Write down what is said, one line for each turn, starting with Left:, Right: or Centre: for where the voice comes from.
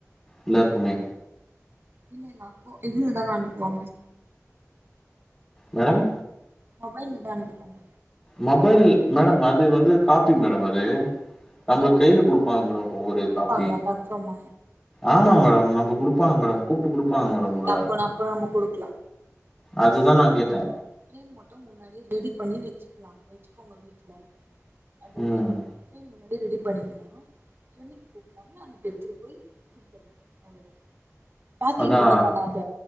Left: எல்லாருக்குமே
Right: இல்ல இல்ல அப்போ இதுலதான அனுப்புவாங்க
Left: மேடம்
Right: மொபைல்ல தா அனுப்புவாங்க
Left: மொபைல் மேடம் அது வந்து காப்பி மேடம் அது நம்மளுக் கையில குடு ப்பா மேடம் ஒரு
Right: குடுப்பாங்களா
Left: காப்பி
Right: கன்ஃபார்மா
Left: ஆமா மேடம் நம்ப குடுப்பாங்க மேடம் கூப்ட்டு குடுப்பாங்க மேடம்
Right: சரி
Left: உள்ள
Right: அப்போ அப்ப நம்ம குடுக்கலா
Left: அதுதா நா கேட்டே
Right: <inaudible> மட்டும் முன்னாடி ரெடி பண்ணி வச்சுக்கலா வச்சுக்கோங்க வீட்ல அது
Left: ம்
Right: ஃப்ரேம் உள்ள ரெடி பண்ணீங்கன்னா என்னக்கி கூப்டாங்கலோ அன்னைக்கு எடுத்துட்டு போய் குடுத்துலா அவ்ளவுதா பாக்கீங்
Left: அதா
Right: மட்டு பண்ணாத